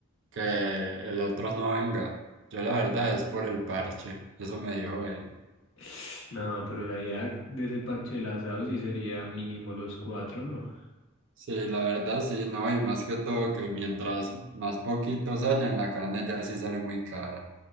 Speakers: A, on the right; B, on the left.
A: que el otro no venga. Yo la verdad es por el parche, eso me dijo él.
B: <sniffs> No, pero la idea de ese parche del asado sí sería mínimo los cuatro, ¿no?
A: Sí, la verdad sí, no, y más que todo que mientras más poquitos hayan, la carne ya sí sale muy cara.